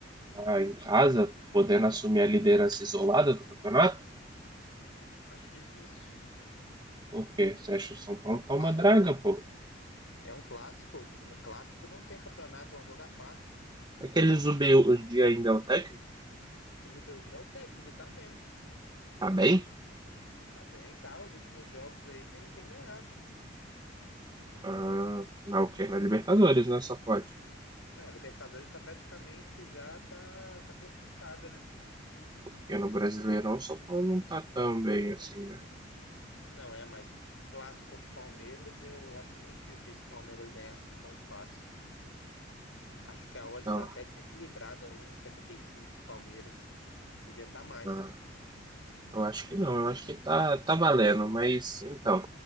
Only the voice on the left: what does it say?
Acho difícil.
Clássico,
né?
É um clássico. No clássico não tem campeonato, é um jogo à parte.
O Zubeldia é o técnico e tá bem.
Tá bem, tá. Os últimos jogos aí tem, tem ganhado.
É, a Libertadores tá praticamente já tá, tá classificada, né?
Não é, mas clássico contra o Palmeiras, eu acho muito difícil o Palmeiras ganhar assim tão fácil. Acho que a odd
está até desequilibrada, 1,75 pro Palmeiras. Devia estar tá mais,